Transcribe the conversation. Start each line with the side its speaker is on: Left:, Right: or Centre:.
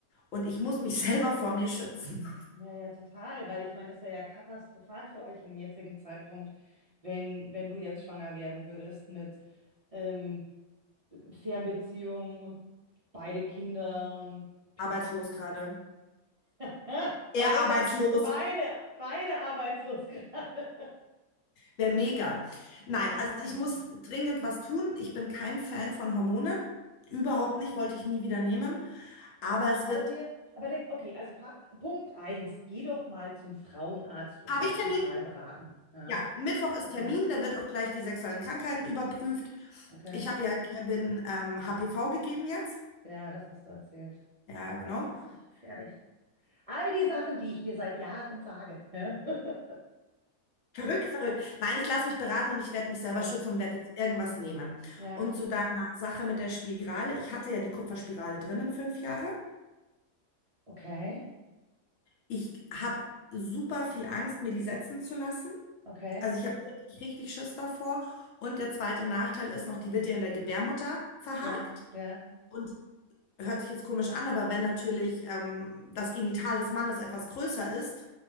Left: Und ich muss mich <laughs> selber vor mir schützen.
Right: Ja, ja, total, weil ich meine, das wäre ja katastrophal für euch im jetzigen Zeitpunkt, wenn, wenn du jetzt schwanger werden würdest mit ähm, Fernbeziehungen und beide Kinder und Pipapo.
Left: <laughs> Arbeitslos gerade.
Right: Das- <laughs>
Left: Er
Right: Beide,
Left: arbeitslos.
Right: beide, beide arbeitslos <laughs> gerade.
Left: Wäre mega. Nein, also
Right: Oh
Left: ich
Right: Mann.
Left: muss dringend was tun. Ich bin
Right: Hm.
Left: kein Fan von Hormonen. Überhaupt nicht, wollte ich nie wieder nehmen. Aber
Right: Dann schau
Left: es wird.
Right: dir, aber denk, okay, also Pa- Punkt eins, geh doch mal zum Frauenarzt und
Left: Habe
Right: lass
Left: ich Termin?
Right: dich mal beraten. Ja?
Left: Ja, Mittwoch ist
Right: Okay,
Left: Termin, da wird auch gleich die sexuellen Krankheiten überprüft.
Right: okay.
Left: Ich habe ja Kevin ähm, HPV gegeben jetzt.
Right: Ja, das hast du erzählt.
Left: Ja, genau.
Right: Mann, du machst mich fertig. All die Sachen, die ich dir seit Jahren sage. Ja, <laughs>
Left: Verrückt, verrückt. Nein, ich lasse mich beraten und ich werde mich selber
Right: Okay.
Left: schützen und werde jetzt irgendwas nehmen.
Right: Ja,
Left: Und zu deiner Sache mit der Spirale. Ich hatte ja die Kupferspirale drinnen fünf Jahre.
Right: okay,
Left: Ich habe super viel Angst, mir die setzen zu lassen.
Right: okay,
Left: Also ich habe wirklich richtig Schiss davor. Und der zweite Nachteil ist noch, die wird ja in der Gebärmutter verhakt.
Right: ja, ja.
Left: Und hört sich jetzt komisch an, aber wenn natürlich ähm, das Genital des Mannes etwas größer ist